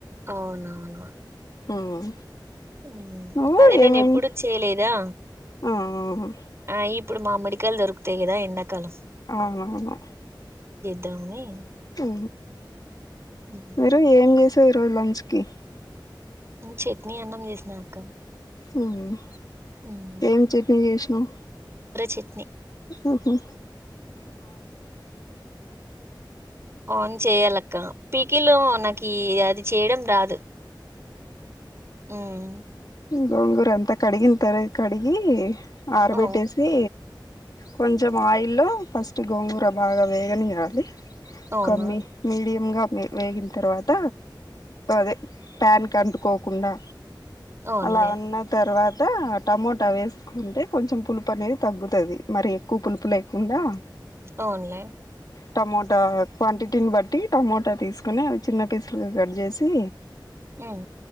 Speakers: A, on the right; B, on the left.
A: అవునవును
B: ఉమ్
A: ఉ
B: నువ్వు
A: అదే నేను
B: ఏమేమి
A: ఎప్పుడు చేయలేదా
B: ఆ ఆ
A: ఆ ఇప్పుడు మామిడికాయలు దొరుకుతాయి కదా ఎండాకాలం
B: అవునవును
A: దామని
B: అ
A: ఉమ్,
B: మీరు ఏం చేస ఈ రోజు లాంచ్ కి
A: చట్నీ అన్నం చేసినా అక్క
B: అవునా
A: ఉమ్,
B: ఏం చట్నీ చేసినావు
A: కిడ్నీ
B: ఓకే
A: అవును చెయ్యాల అక్క పీకిలు నాకి అది చేయడం రాదు ఉమ్,
B: గోంగూర అంతా కడిగిన తరువాత కడిగి ఆరబెట్టేసి
A: ఆ,
B: కొంచెం ఆయిల్లో ఫస్ట్ గోంగూర బాగా వేగనీేయాలి
A: అవునా
B: కమ్మి మీడియంగా వేగిన తర్వాత అదే ప్యాన్ క అంటుకోకుండా
A: అవునులే
B: అలా ఉన్న తర్వాత అట్ట టమోటా వేసుకుంటే కొంచెం పులుపు అనేది తగ్గుతది మరి ఎక్కువ పులుపు లేకుండా
A: అవునులే
B: టమోటా క్వాంటిటీని బట్టి టమోటా తీసుకుొని చిన్న పీసులుగా కట్ చేసి
A: అవు